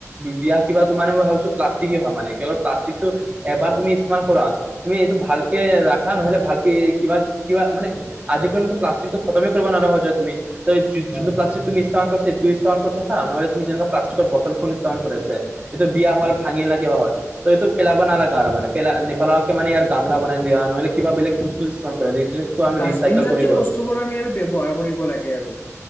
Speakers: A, on the right; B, on the left.
A: বিয়া কিবাটো মানে মই ভাবিছো প্লাষ্টিকেই হয় <unintelligible> প্লাষ্টিকটো এবাৰ তুমি ইস্তেমাল কৰা তুমি এইটো ভালকে ৰাখা নহলে ভালকে কিবা কিবা মানে আজিৰ কাৰনেটো প্লাষ্টিকটো খতমেই কৰিব নোৱাৰা হৈ যোৱা তুমি। যোনটো
B: হয়
A: প্লাষ্টিক
B: হয়।
A: তুমি ইস্তেমাল কৰিছা সেইটো ইস্তেমাল থাকা নহলে তুমি যেনে প্লাষ্টিকৰ বটল <unintelligible> ইষ্টেমাল কৰি আছে এইটো বিয়া হল ভাঙি না কিবা হ'ল। ত' এইটো পেলাব নালাগা আৰু মানে পেলা নপালাকে মানে ইাৰ গামলা বনাই দিয়া নহলে কিবা বেলেগ বস্তু কিছুমান ইস্তেমাল কৰা। আমি
B: ডাষ্টবিন
A: ৰিচাইকেল
B: জাতীয়
A: কৰিলোৱা
B: বস্তু বোৰ আমি আৰু ব্যৱহাৰ কৰিব লাগে আৰু।